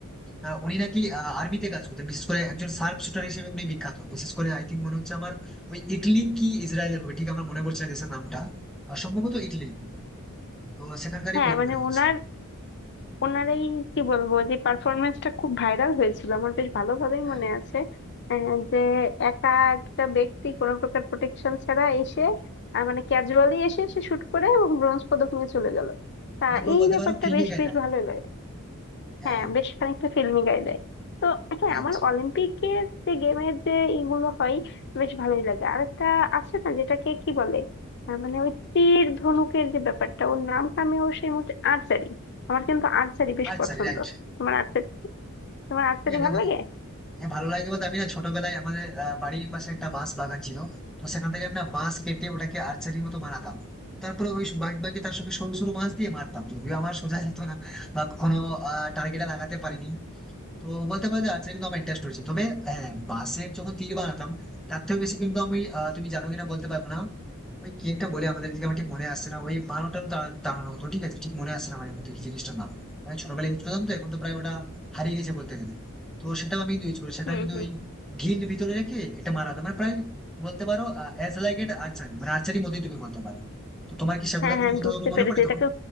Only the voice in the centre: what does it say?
আহ, উনি নাকি আর্মিতে কাজ করতেন বিশেষ করে একজন শার্প শুটার হিসেবে উনি বিখ্যাত বিশেষ করে আই থিঙ্ক মনে হচ্ছে আমার ওই ইটলি কি ইসরায়েলের হবে ঠিক আমার মনে পড়ছে না দেশের নামটা আহ, সম্ভবত ইটলি তো সেখানকারই
লোক
মনে হচ্ছে
হ্যাঁ
মানে পুরো
বলতে
পারো ফিল্মি
গাইতে
হ্যাঁ
রাইট
আচ্ছা
রাইট
হ্যাঁ দেখো
হ্যাঁ, ভালো লাগে বলতে আমি না ছোটবেলায় আমাদের আহ, বাড়ির পাশে একটা বাঁশ বাগান ছিল তো সেখান থেকে আমি না বাঁশ কেটে ওটাকে আর্চারির মতো বানাতাম তারপরে ওই বাদ বাকি তার সঙ্গে সরু সরু বাঁশ দিয়ে মারতাম যদিও আমার সোজা যেত না বা কখনো টার্গেটে লাগাতে পারিনি তো বলতে পারো যে আর্চারি কিন্তু আমার ইন্টারেস্ট রয়েছে তবে হ্যাঁ বাঁশের যখন তীর বানাতাম তার থেকে বেশি কিন্তু আমি আহ, তুমি জানো কিনা বলতে পারবো না ওই কি একটা বলে আমাদের এদিকে আমার ঠিক মনে আসছে না ওই বানোটা টানানো হতো ঠিক আছে ঠিক মনে আসছে না মানে মধ্যে কি জিনিসটার নাম মানে ছোটবেলায় ইউজ করতাম তো এখন তো প্রায় ওটা হারিয়ে গেছে বলতে গেলে তো সেটাও আমি ইউজ করি সেটা
কিন্তু
ওই ঢিল ভিতরে রেখে এটা মারা হতো মানে প্রায় বলতে পারো অ্যাজ লাইক এট আর্চারি মানে আর্চারি মতোই তুমি বলতে পারো তো তোমার কি সেগুলোর
কোনো
কোথাও
কোনো মনে
পড়ে
তোমার